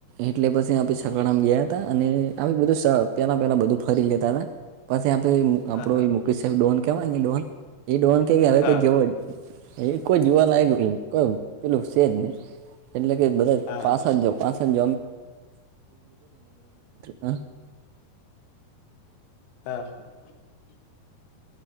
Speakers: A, on the right; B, on the left.
A: એટલે પછી છકડા માં ગયા હતા અને આ બધું પેલા પેલા બધું ફરી લેતા હતા પછી આપે આપડો
B: હા
A: મુકેશ સાહેબ ડોન કેવાય ને ડોહન એ ડોન કે કે
B: હા
A: હવે કઈ જેવો. એ કોઈ જોવા લાયક કોઈ પેલું છે જ નહી એટલે કે બધા
B: હા
A: પાસા જ જા પાસા જ જા <unintelligible>
B: <inaudible>